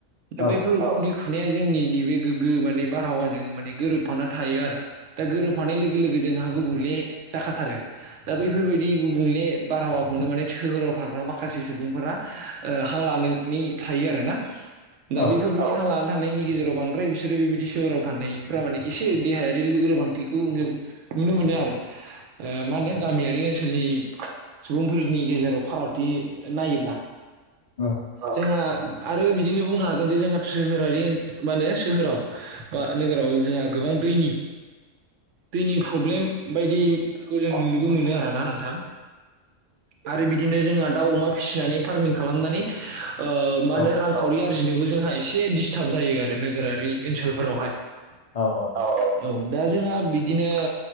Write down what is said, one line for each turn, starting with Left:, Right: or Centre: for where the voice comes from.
Right: दा
Left: औ
Right: बैफोर उखुन्दै खुनाया जोंनि नै बे गोग्गो माने बारहावाजों माने गोरोबफाना थायो आरो दा गोरोबफानाय लोगो लोगो जोंहा गुबुंले जाखाथारो। दा बैफोरबायदि गुबुंले बारहावाखौनो माने सोहोराव थाग्रा माखास से सुबुंफोरा ओ हां लानोनि थायो आरोना
Left: औ
Right: दा
Left: औ
Right: बैफोर <unintelligible> लाना थांनायनि गेजेराव बांद्राय बिसोरो बेबायदि सोहोराव थानायफोरा माने एसे देहायारि लोरबांथिखौनो नुनो मोनो आरो ओ मा होनो गामियारि ओनसोलनि सुबुंफोरनि गेजेराव फारागथि नायोब्ला
Left: औ
Right: जोंहा आरो बिदिनो बुंनो हागोन जे जोंहा सोहोरारि माने सोहोराव बा नोगोराव जोंहा गोबां दैनि दैनि फ्रब्लेम बायदिफोरखौ जों नुनोबो मोनो आरो ना नोंथां? आरो बिदिनो जोंहा दाउ अमा फिसिनानै फार्मिं खालामनानै ओ मा
Left: औ
Right: होनो रांखावरि आरजिनोबो जोंहा एसे दिस्टाब जायो आरो नोगोरारि ओनसोलफोरावहाय।
Left: औ औ
Right: औ औ दा जोंहा बिदिनो